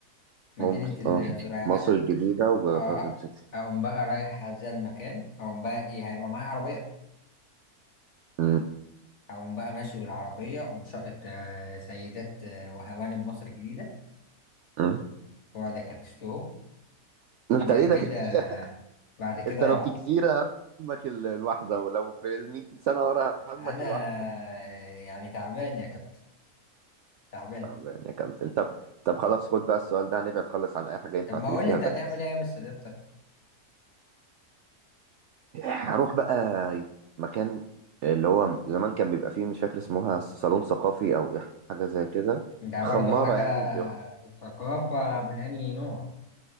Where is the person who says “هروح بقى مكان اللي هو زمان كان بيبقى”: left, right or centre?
Right